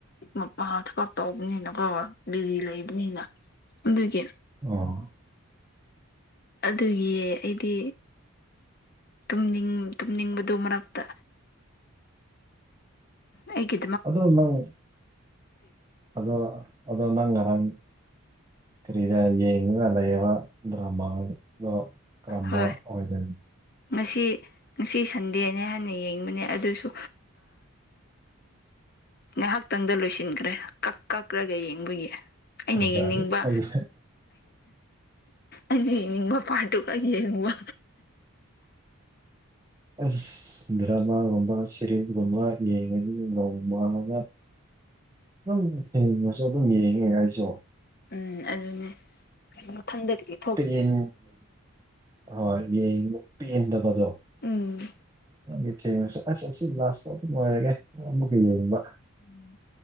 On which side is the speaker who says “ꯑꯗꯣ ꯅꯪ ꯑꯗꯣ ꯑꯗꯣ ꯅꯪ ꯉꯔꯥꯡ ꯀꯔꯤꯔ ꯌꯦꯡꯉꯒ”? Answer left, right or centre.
Right